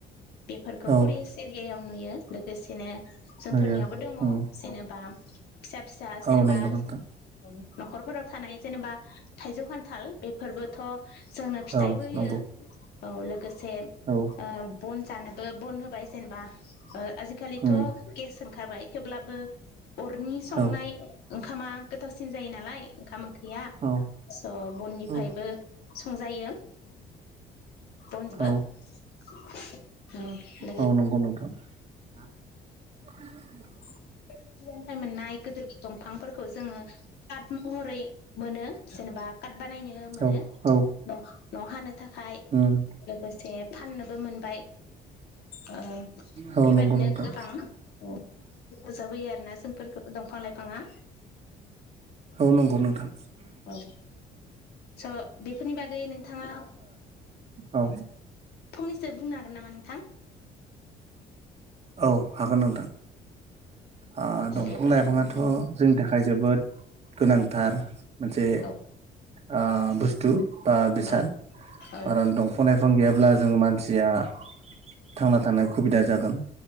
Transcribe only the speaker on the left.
बेफोरखौ
फरेस एरियियाव नुयो लोगोसेनो जोंफोरनियावबो
दङ
जेनेबा फिसा फिसा जेनेबा
औ। न'खरफोराव थानाय जेनेबा थाइजौ खान्थाल बेफोरबोथ' जोंनो फिथाइबो
होयो
औ लोगोसे
ओ बन जानोबो बन होबाय जेनेबा ओ आजिखालिथ'
गेस ओंखारबाय थेवब्लाबो अरनि संनाय
ओंखामा गोथावसिन जायो नालाय ओंखाम ओंख्रिया
स' बननिफ्रायबो
संजायो बनजोंबो।
<unintelligible> लोगोसे
<unintelligible> मोननाय गोदोर दंफांफोर खौ जोङो तात महरै मोनो जेनेबा खात बानायनो मोनो
न'
न' हानोद थाखाय
लोगोसे फाननोबो मोनबाय। ओ
बेबादिनो
गोबां औ हेफाजाब होयो आरोना जोंफोरखौ दंफां लाइफाङा।
औ। स' बेफोरनि बागै नोंथाङा
फंनैसो बुंनो हागोन नामा नोंथां?
औ
दे फोरमायना
नोंथां
औ
औ
औ